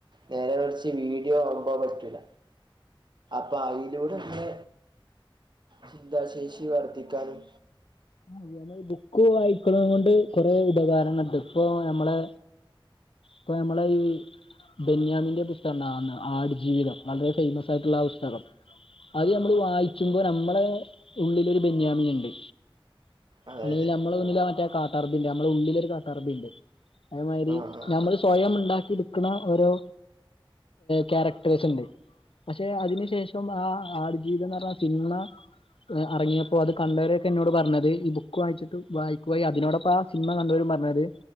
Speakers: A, on the right (about 55°); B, on the left (about 85°).
A: നേരെ മറിച്ച് വീഡിയോ ആവുമ്പോ അത് പറ്റൂല അപ്പ അയിലൂടെന്നെ ചിന്താശേഷി വർധിക്കാനും
B: അ ഞമ്മൾ ബുക്ക് വായിക്കണനെ കൊണ്ട് കൊറെ ഉപകാരങ്ങൾണ്ട് ഇപ്പൊ ഞമ്മളെ പ്പൊ ഞമ്മളെ ഈ ബെന്യാമിന്റെ പുസ്തകംന്ന് ആടുജീവിതം വളരെ ഫൈമസായിട്ടുള്ള ആ പുസ്തകം അത് നമ്മള് വായിക്കുമ്പോ നമ്മുളെ ഉള്ളിലൊരു ബെന്യാമിനുണ്ട്
A: അതെ
B: അല്ലെങ്കിൽ
A: അതെ
B: നമ്മള് മുന്നില് ആ മറ്റേ കാട്ടാറബിണ്ട്, നമ്മുടെ ഉഉള്ളിലൊരു കാട്ടാറബിണ്ട് അതേമാതിരി
A: ആ ആ
B: നമ്മൾ
A: ആ
B: സ്വയം ഉണ്ടാക്കിട്ക്ക്ണ ഓരോ ക്യാരക്ടേഴ്സ്ണ്ട്, പക്ഷെ അതിനു ശേഷം ആ ആടുജീവിതംന്നർഞ്ഞാ സിൻമ അറങ്ങിയപ്പോ അത് കണ്ടവരൊക്കെ എന്നോട് പറഞ്ഞത്, ഈ ബുക്ക് വായിച്ചിട്ട് വായിക്കുകയും അതിനോടൊപ്പ സിൻമ കണ്ടോരും പർഞ്ഞത്